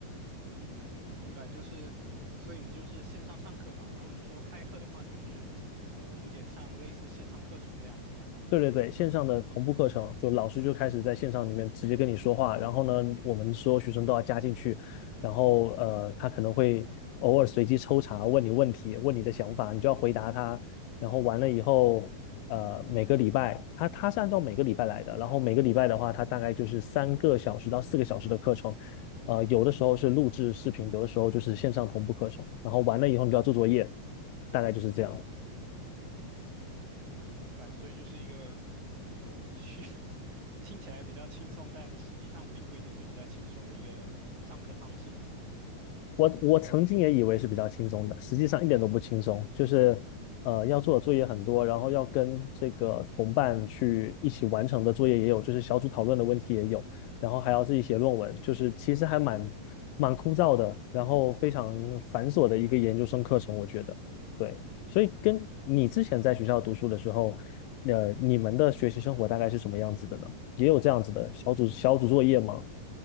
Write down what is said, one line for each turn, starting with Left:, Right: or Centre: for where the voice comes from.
Right: 嗯，明白，就是，所以你就是线上上课嘛，然后你说开课的话，就是，呃，有点像类似线上课程这样嘛，
Left: 对对对，线上的同步课程，就老师就开始在线上里面直接跟你说话，然后呢，我们所有学生都要加进去，然后呃，他可能会偶尔随机抽查问你问题，问你的想法，你就要回答他，然后完了以后，呃，每个礼拜他他是按照每个礼拜来的，然后每个礼拜的话，他大概就是三个小时到四个小时的课程，呃，有的时候是录制视频，有的时候就是线上同步课程，然后完了以后你就要做作业，大概就是这样。
Right: 明白，所以就是一个，呃，虚，<laughs> 听起来比较轻松，但实际上并不一定是比较轻松的一个上课方式嘛。
Left: 我我曾经也以为是比较轻松的，实际上一点都不轻松，就是呃要做的作业很多，然后要跟这个同伴去一起完成的作业也有，就是小组讨论的问题也有，然后还要自己写论文，就是其实还蛮蛮枯燥的，然后非常繁琐的一个研究生课程，我觉得。对，所以跟你之前在学校读书的时候，
Right: 嗯
Left: 呃，你们的学习生活大概是什么样子的呢？也有这样子的小组小组作业吗？
Right: 嗯，